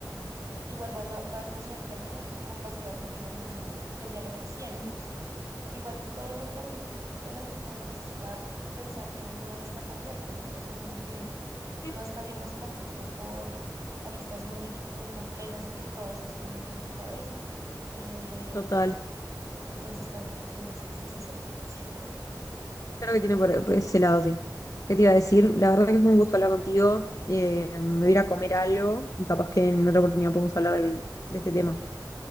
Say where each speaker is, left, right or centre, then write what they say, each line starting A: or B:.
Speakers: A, on the right (about 50°); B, on the left (about 50°).
A: y vuelvo a no- otra vez a mencionar el término como compasiva conmigo misma frente a lo que siento,
B: Mm,
A: ¿sí? Porque igual todo el mundo también en algún punto necesita pensar que no está tan loco, ¿no? O sea, como que
B: sí,
A: no está yéndose tampoco por aristas muy, muy complejas y que todo está solamente en tu cabeza. Em,
B: Total.
A: entonces, bueno, sí, no sé, es es eso lo que persigo. <laughs>
B: Claro que tiene por, por ese lado, sí. ¿Qué te iba a decir? La verdad que fue un gusto hablar contigo. Eh, me voy a ir a comer algo y capaz que en otra oportunidad podemos hablar del- de este tema.